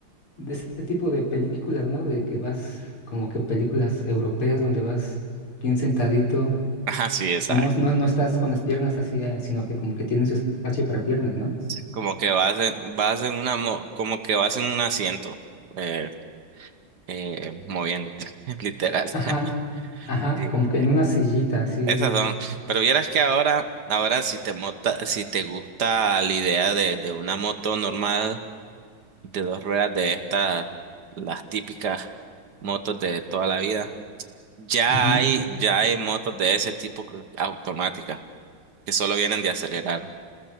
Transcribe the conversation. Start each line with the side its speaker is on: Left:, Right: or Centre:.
Left: de este tipo de películas, ¿no? De que vas como que películas europeas donde vas bien sentadito.
Right: Ajá, sí, exacto.
Left: No, no, no estás con las piernas así, eh, sino que como que tienen su espacio para piernas, ¿no?
Right: Como que vas en, vas en una, mo- como que vas en un asiento, eh, eh, moviéndote, <laughs> literal.
Left: Ajá, ajá,
Right: <laughs>
Left: como que en una sillita así.
Right: Esas son. Pero vieras que ahora, ahora si te mota, si te gusta la idea de, de una moto normal de dos ruedas de estas, las típicas motos de toda la vida, ya
Left: ujú.
Right: hay, ya hay motos de ese tipo que- automáticas que solo vienen de acelerar.